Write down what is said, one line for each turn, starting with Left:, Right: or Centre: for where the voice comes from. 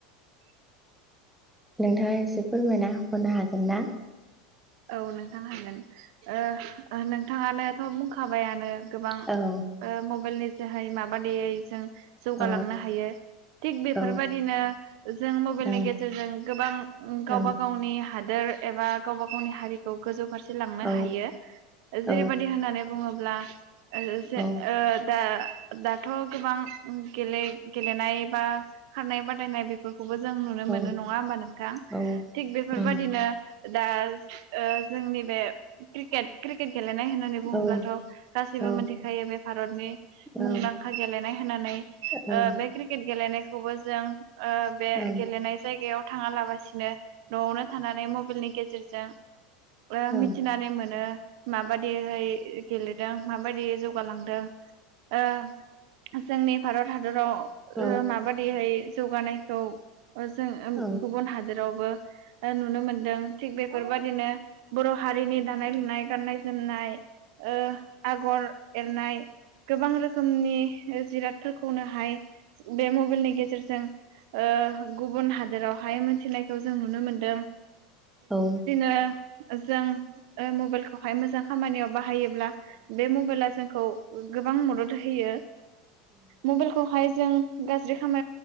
Centre: नोंथाङा एसे फोरमायना हरनो हागोन ना?
Right: औ नोंथां हागोन ओ नोंथाङानोथ' बुं खाबायनो गोबां
Centre: औ
Right: ओ मबेल जोहाय माबादेहाय जों जौगालांनो
Centre: औ
Right: हायो थिग बेफोरबायदिनो
Centre: औ
Right: जों मबाइलनि
Centre: औ
Right: गेजेरजों गोबां
Centre: औ
Right: गावबा गावनि हादोर एबा गावबा गाव हारिखौ गोजौ फारसे लांनो
Centre: औ
Right: हायो
Centre: औ
Right: जेरैबायदि होननानै बुङो ब्ला ओ <unintelligible>
Centre: औ
Right: दा दाथ' गोबां उम गेले गेलेनाय बा खारनाय बादायनाय बेफोरखौबो जों नुनो
Centre: औ
Right: मोनो नङा होमबा नोंथां
Centre: औ
Right: थिग बेफोरबायदिनो
Centre: उम
Right: दाल ओ जोंनि बे क्रिकेट क्रिकेट गेलेनाय होननानै बुङोब्लाथ'
Centre: औ
Right: गासैबो
Centre: औ
Right: मिथिखायो बे भारतनि मुंदांखा
Centre: औ
Right: गेलेनाय होननानै ओ
Centre: औ
Right: बे क्रिकेट गेलेनाय खौबो जों ओ बे
Centre: औ
Right: गेलेनाय जायगायाव थाङालाबासि नो न'आवनो थानानै मबाइलनि गेजेरजों
Centre: औ
Right: मिथिनानै मोन नो माबादिहाय गेल दों माबायदि जौगालांदों ओ जोंनि भारत हादराव ओ
Centre: औ
Right: माबादि हाय जौगानायखौ ओ जों
Centre: औ
Right: गुबुन हादोरावबो <inaudible> ओ नुनो मोन्दों थिग बेफोरबादि नो बर' हारिनि दानाय लुनाय गान गाननाय जोमनाय ओ आगर एरनाय गोबां रोखोमनि जिरादफोरखौनो हाय बे मबाइलनि गेजेरजों ओ गुबुन हादोरावहाय मिथिनाय खौ जों नुनो मोनदों
Centre: औ
Right: ओ‌ जों ओ मबाइलखौहाय मोजां खामानियाव बाहायोब्ला बे मबाइला जोंखौ गोबां मदद होयो मबाइलखौहाय जों गाज्रि खाम